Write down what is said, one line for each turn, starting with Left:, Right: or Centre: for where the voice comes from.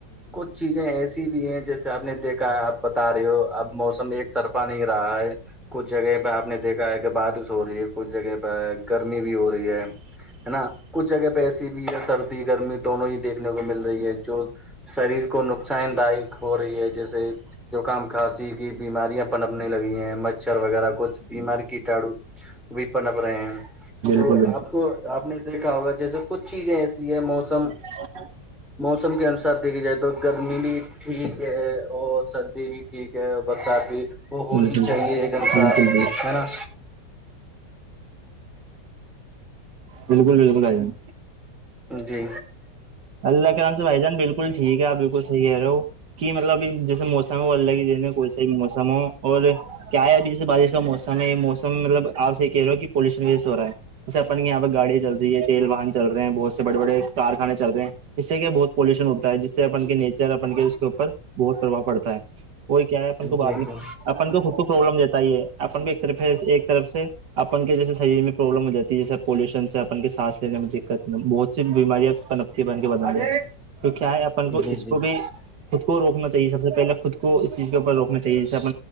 Centre: کچھ چیزیں ایسی بھی ہے جیسے آپ نے دیکھا ہے آپ بتا رہے ہو اب موسم ایک طرفہ نہیں رہا ہے کچھ جگہ پہ آپ نے دیکھا ہے کہ بارش ہو رہی ہے کچھ جگہ پہ گرمی بھی ہو رہی ہے ہے نا کچھ جگہ پہ ایسی بھی ہے سردی گرمی دونوں ہی دیکھنے کو مل رہی ہے جو شریر کو نقصان داک ہو رہی ہے جیسے زکام کھاسی کی بیماریاں پنپنے لگی ہیں مچھر وغیرہ کچھ بیماری کیٹاڑو و پنا پ رہے ہیں تو
Right: بالکل بالکل بالکل بالکل ہ ہ بالکل بالکل
Centre: آپ کو آپ نے دیکھا ہوگا جیسے کچھ چیزیں ایسی ہے موسم
Right: ہ
Centre: موسم کے انوسار دیکھھی جائے تو گرمی بھی ٹھیک ہے اور سر بھی ٹھیک ہے برسات بھی وہ
Right: بالکل
Centre: ہونی
Right: بالکل
Centre: چاہیے ایک انسار
Right: بالکل
Centre: ہے نا
Right: بالکل بالکل آ جان
Centre: جی
Right: اللہ کرام سے بھائی جان بالکل ٹھیک ہے آپ بالکل صحیح ہے رہو کہ مطلب جیسے موسم الگ ہی دنے کوسا بھی موسم ہو اور کیا ہے اب جیسے بارش کا موسم ہم موسم مطلب آپ یہ کہہ رہے ہو کہ پولوشن وی ہو رہا ہے جس اپن آپ گاڑیاں چل رہی تیل واہن چلے ہیں بہت سے بڑے بڑے کخانے چل رہ ہیں اس سے کیا بہت پولوشن ہوتا ہےس سے اپن کے نیچر اپن کے اس کے اوپر بہت پربھؤ پڑتا ہے اور کیا ہے اپ
Centre: جی
Right: کو بعد
Centre: جی
Right: میں اپن کو خود کو پرابلم دیتا ہی ہے اپن کو ایک طرف ایک طرف سے اپن کے جیسے شریر میں پروابلم ہو جی ہے جیسے پولوشن سے اپن کے سانس لینے میں دقت بہت بیماریاں کنپی بن کے بدلے تو کیا ہے آپ اپ کو
Centre: جی
Right: اس
Centre: جی
Right: کو بھی خود کو روکنا چاہیے سب سے پہلے خود کو اس چیز کے اوپر روکنا چاہیے جیسے اپ